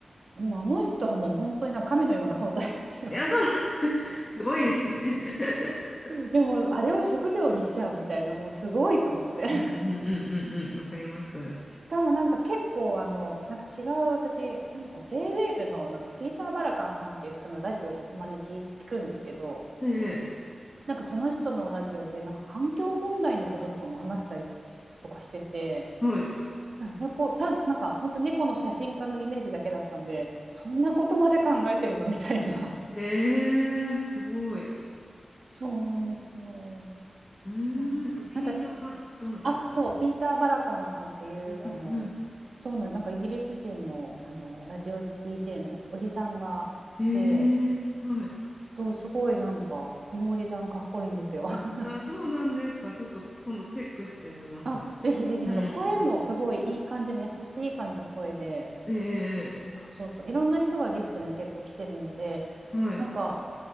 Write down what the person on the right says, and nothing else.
もうあの人はもう本当になんか神のような存在ですよ
<laughs>。
いやもうあれを職業にしちゃうみたいなもうすごいと思って <laughs>。
し
かもなんか結構あのなんか違う私なんだっけな j ウェーブのなんかピーター・バラカンさんっていう人のラジオをたまに聞くんですけど
なんかその人のラジオでなんか環境問題のこととかも話したりとかしてて
なんやこうたなんか本当猫の写真家のイメージだけだったんでそんなことまで考えてるのみたいな
そうなんですよ
いやなんか
あそうピーター・バラカンさんっていうあの
そうなんなんかイギリス人の、あのラジオ DJ のおじさんがいて
そうすごいなんかそのおじさんかっこいいんですよ <laughs>
あぜひぜひなんか声もすごいいい感じの優しい感じの声で
そうそうそういろんな人がゲストに結構来てるので
なんか